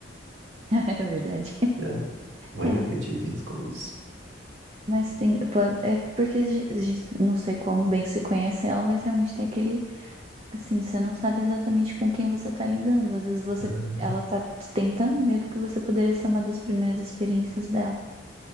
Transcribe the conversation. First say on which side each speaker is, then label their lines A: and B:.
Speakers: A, on the right; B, on the right.
A: <laughs> é verdade.
B: né? Mas
A: É.
B: eu me divirto com isso.
A: Mas tem. po- É porque a gen- a gente não sei quão bem se conhece ela, mas realmente tem aquele Assim, você não sabe exatamente com quem você tá lidando. Às vezes você,
B: Ah,
A: ela tá tentando medo que você poderia ser uma das primeiras experiências dela.